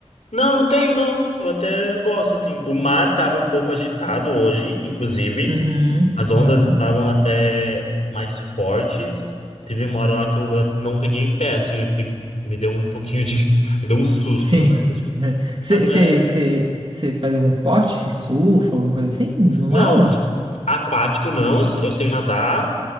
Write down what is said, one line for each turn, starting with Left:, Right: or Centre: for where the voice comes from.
Left: Não, não tenho, não. Eu até gosto, assim. O mar tava um pouco agitado hoje, inclusive.
Right: Uhum,
Left: As ondas
Right: uhum.
Left: estavam até mais fortes. Teve uma hora lá que eu não peguei pé, assim, eu fiquei, me deu um pouquinho de, <laughs> me deu um susto,
Right: Sim.
Left: na verdade.
Right: <laughs> Você,
Left: Mas é,
Right: você, você, você faz algum esporte? Você surfa, alguma coisa assim? No
Left: não,
Right: mar ou não?
Left: de- aquático não, eu sei nadar,